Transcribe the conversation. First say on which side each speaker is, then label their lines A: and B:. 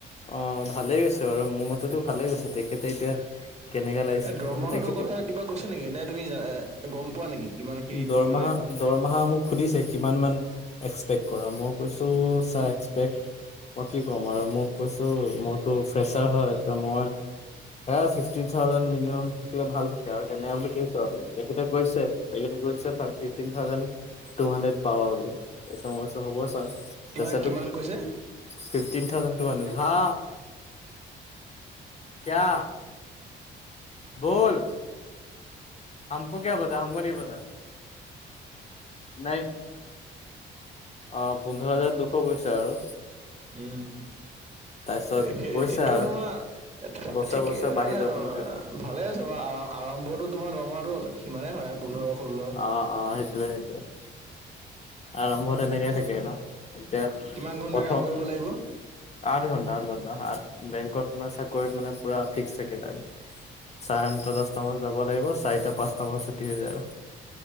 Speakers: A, on the left (about 35°); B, on the right (about 35°).
A: অ ভালেই গৈছে বাৰু মোৰ মতেটো ভালে গৈছে তেখেতে এতিয়া কেনেকা লাগিছে
B: এ
A: কি
B: দৰমহাটোৰ
A: কথা তেখেতে
B: কিবা কৈছে নেকি নে তুমি জা- এ গম পোৱা নেকি কিমান খিনি
A: দৰমাহা
B: তুমি মানে
A: দৰমাহা মোক সুধিছে কিমান মান এক্সপেক্ট কৰা মোক কৈছো চাই এক্সপেক্ মই কি ক'ম আৰু মোক কৈছো ম <unintelligible> ফেৰছাৰ হয়, মই এই ফিফটিন থাউজেণ্ড নিয়ম থাকিলে ভাল থাকে আৰু তেনেকে বুলি কৈছে আৰু তেখেতে কৈছে-তেখেতে-কৈছে <unintelligible> ফিফটিন থাউজণ্ড টু হণ্ড্ৰেড পাবা বুলি, তাৰপিছত মই হ'ব ছাৰ,
B: কিমান
A: তাৰপিছতো
B: কিমান কৈছে সে-
A: ফিফটিন থাউজণ্ড টু হণ্ড্ৰেড হা কিআ বল, হমকো কিয়া পাতা হমকো নাহি পাতা নেই অ পোন্ধৰ হাজাৰ দুশ কৈছে আৰু
B: উম
A: তাৰপিছত
B: সেই
A: কৈছে
B: সেইটো
A: আৰু
B: তোমাৰ
A: বছৰে
B: ঠিকে
A: বছৰে বাঢ়ি
B: মানে
A: যাব বুলি কৈছে
B: ভালে আছে বাৰু, আৰম্ভটো তোমাৰ দৰমহাটো সিমানেই হয় আৰু পোন্ধৰ ষোল্ল
A: অ-অ সেইটোৱ-সেইটোৱ। আৰম্ভত এনেকে থাকে ন এতিয়া
B: কিমান ঘন্টা
A: প্ৰথম
B: কাম কৰিব লাগিব
A: আঠ ঘন্টা-আঠ ঘণ্টা আঠ বেংকট তোমাৰ চাকৰিত মানে পোৰা মানে ফিক্স থাকে তাত চাৰে আঠটা দশটাামত যাব লাগিব চাৰিটা পাঁচটামান ছুটি হৈ যায় আৰু